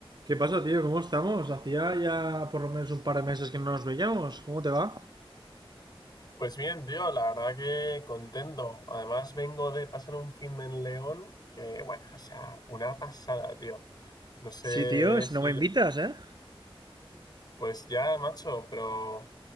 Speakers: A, on the right (about 50°); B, on the left (about 45°).
A: ¿Qué pasa, tío? ¿Cómo estamos? Hacía ya por lo menos un par de meses que no nos veíamos. ¿Cómo te va?
B: Pues bien, tío, la verdad que contento. Además, vengo de pasar un fin de en León que, bueno, o sea, una pasada, tío. No sé
A: Sí, tío, si
B: si...
A: no me invitas, ¿eh?
B: Pues ya, macho, pero